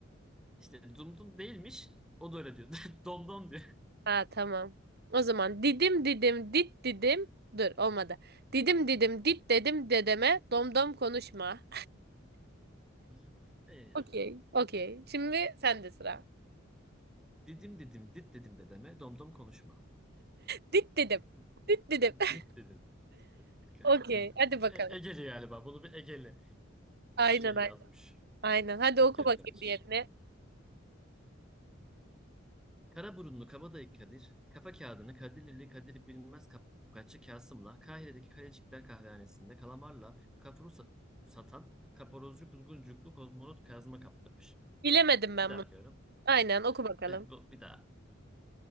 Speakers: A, in the centre; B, on the right.
A: İşte dum dum değilmiş. O da öyle diyor. <laughs> Dom dom diyor.
B: Ha tamam. O zaman didim didim dit didim. Dur olmadı. Didim didim dit dedim dedeme domdom konuşma.
A: <laughs>
B: <laughs>
A: E ya.
B: Okey. Okey. Şimdi sende sıra.
A: Didim didim dit dedim de deme. Dom dom konuşma.
B: Dit dedim.
A: <laughs>
B: Dit dedim. <laughs>
A: Dit dedim. Dit dedim. Garip
B: Okey.
A: bir.
B: Hadi bakalım.
A: E Egeli galiba. Bunu bir Egeli
B: Aynen
A: şey
B: aynen.
A: yazmış.
B: Aynen. Hadi
A: Tekerlemeci.
B: oku bakayım diğerini.
A: Karaburunlu Kabadayı Kadir, kafa kağıdını Kadirlili Kadir bilmez Kapkaççı Kasım'la Kahire'deki Kalecikler Kahvehanesi'nde kalamarla kafuru sa- satan kaparozcu kuzguncuklu kozmonot Kazım'a kaptırmış.
B: Bilemedim ben
A: Bir daha
B: bunu.
A: okuyorum.
B: Aynen oku bakalım.
A: Evet bu bir daha.